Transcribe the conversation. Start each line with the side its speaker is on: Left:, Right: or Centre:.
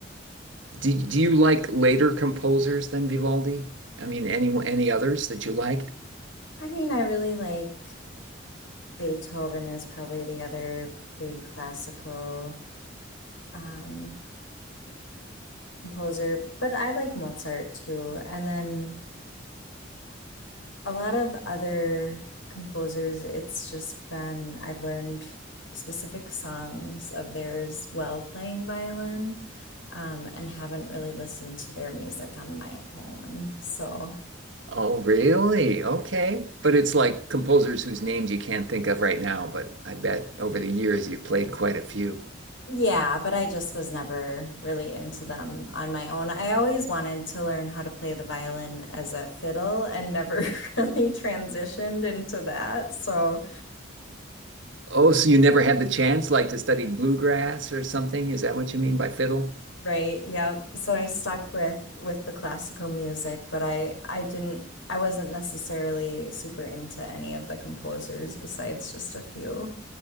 Right: Do, do you like later composers than Vivaldi? I mean, any any others that you like?
Left: I mean, I really like. Beethoven is probably the other big classical um, composer, but I like Mozart too. And then a lot of other composers, it's just been, I've learned specific songs of theirs while playing violin, um, and haven't really listened to their music on my own. So.
Right: Oh, really? Okay. But it's like composers whose names you can't think of right now, but I bet over the years you've played quite a few.
Left: Yeah, but I just was never really into them on my own. I always wanted to learn how to play the violin as a fiddle and never <laughs> really transitioned into that. So,
Right: Oh, so you never had the chance like to study bluegrass or something? Is that what you mean by fiddle?
Left: right, yeah. So I stuck with with the classical music, but I I didn't I wasn't necessarily super into any of the composers besides just a few.